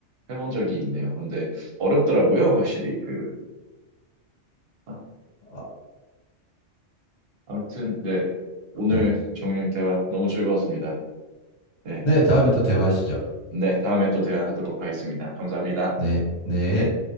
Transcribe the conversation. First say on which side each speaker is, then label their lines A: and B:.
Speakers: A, on the right (about 60°); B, on the left (about 65°).
A: 해본 적이 있네요. 근데 어렵더라고요, 확실히. 그, 아,
B: 아,
A: 아무튼, 네. 오늘
B: 네.
A: 정인님 대화 너무 즐거웠습니다. 네.
B: 네, 다음에 또 대화하시죠.
A: 네, 다음에 또 대화하도록 하겠습니다. 감사합니다.
B: 네, 네.
A: 네.